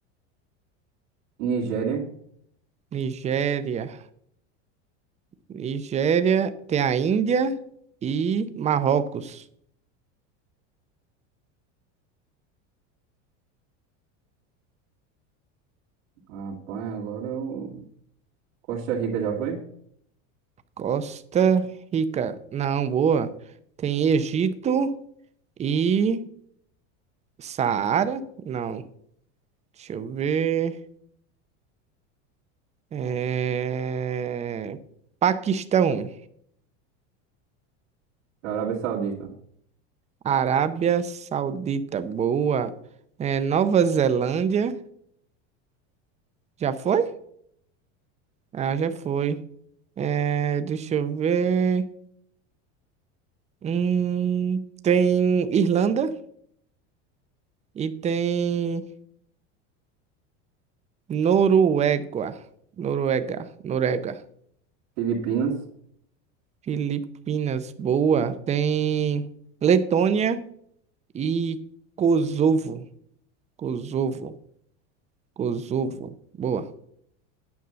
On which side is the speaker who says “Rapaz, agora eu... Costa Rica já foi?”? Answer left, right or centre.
Right